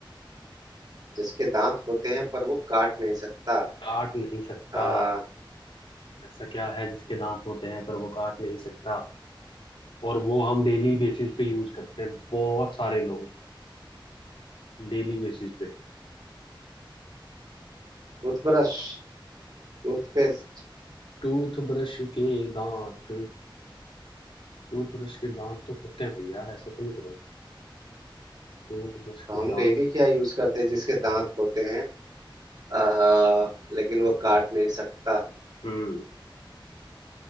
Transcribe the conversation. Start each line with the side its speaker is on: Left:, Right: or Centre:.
Right: जिसके दांत होते हैं पर वो काट नहीं सकता
Left: काट नहीं सकता
Right: आ
Left: ऐसा क्या है जिसके दांत होते हैं पर वो काट नहीं सकता और वो हम डेली बेसिस पे यूज करते हैं बहुत सारे लोग डेली बेसिस पे
Right: टूथब्रश टूथपेस्ट
Left: तो टूथब्रश के दांत टूथब्रश के दांत तो होते हैं भाई यार ऐसा तो नहीं करो टूथब्रश
Right: तो
Left: के
Right: हम
Left: दांत
Right: डेली क्या यूज करते हैं जिसके दांत होते हैं आ, लेकिन वो काट नहीं सकता
Left: हम्म